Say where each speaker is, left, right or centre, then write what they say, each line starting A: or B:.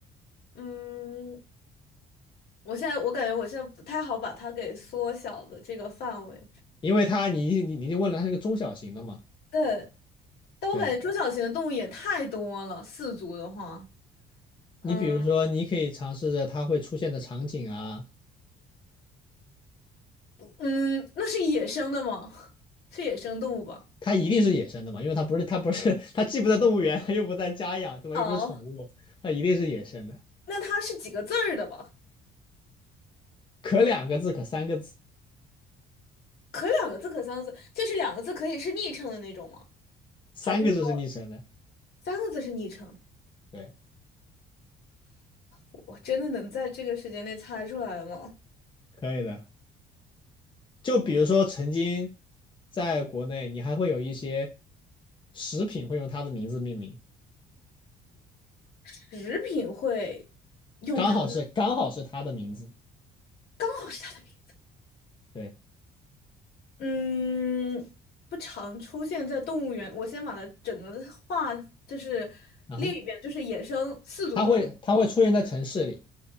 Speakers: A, on the left; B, on the left.
A: 嗯，我现在我感觉我现在不太好把它给缩小的这个范围。
B: 因为它你你你就问了，它是个中小型的嘛？
A: 对，但我感觉中小型的动物也太多了，
B: 对
A: 四足的话，嗯
B: 你比如说，你可以尝试着它会出现的场景啊，
A: 嗯，那是野生的吗？<laughs> 是野生动物吧？
B: 它一定是野生的嘛，因为它不是它不是它既不在动物园，它又不在家养，对吧？
A: 哦，
B: 又不是宠物，它一定是野生的。
A: 那它是几个字儿的吧？
B: 可两个字，可三个字，
A: 可两个字，可三个字，就是两个字可以是昵称的那种吗？
B: 三个字是拟声的，
A: 还是说三个字是昵称？
B: 对，
A: 我真的能在这个时间内猜出来吗？
B: 可以的。就比如说，曾经在国内，你还会有一些食品会用它的名字命名，
A: 食品会用它们，
B: 刚好是刚好是它的名字，
A: 哦，是它的名
B: 对，
A: 嗯，不常出现在动物园。我先把它整个的话就是列一遍，
B: 然后
A: 就是野生四足动物
B: 它会它会出现在城市里。